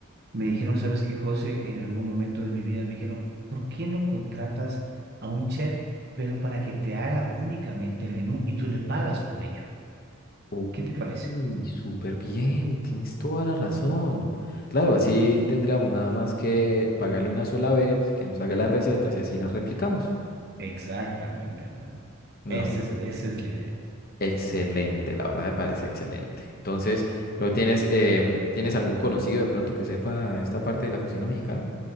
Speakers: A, on the right; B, on the left.
A: me dijeron, ¿sabes qué, José? En algún momento de mi vida me dijeron, ¿por qué no contratas a un chef, pero para que te haga únicamente el menú y tú le pagas por ello?
B: Uy,
A: ¿Qué te parece?
B: súper bien, tienes toda la razón. Claro, así tendríamos nada más que pagarle una sola vez, que nos haga las recetas y así las replicamos.
A: Exactamente, hermano.
B: No.
A: Esa es, esa es la idea.
B: Excelente, la verdad me parece excelente. Entonces, ¿lo tienes, em, tienes algún conocido de pronto que sepa esta parte de la cocina mexicana?